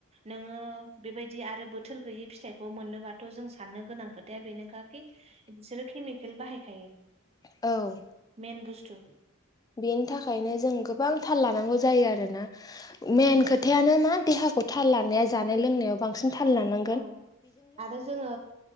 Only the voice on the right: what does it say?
नोङो बेबायदि आरो बोथोर गैयै फिथाइखौ मोननोबाथ' जों साननो गोनां खोथाया बेनोखा कि बिसोरो केमिकेल बाहायखायो।
मेन बुसथु
औ
औ आरो जोङो